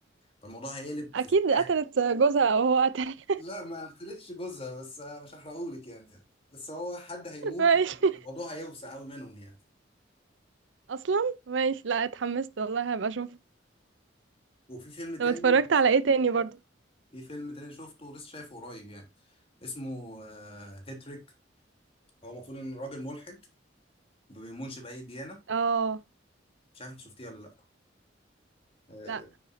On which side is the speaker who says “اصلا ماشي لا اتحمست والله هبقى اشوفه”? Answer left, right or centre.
Right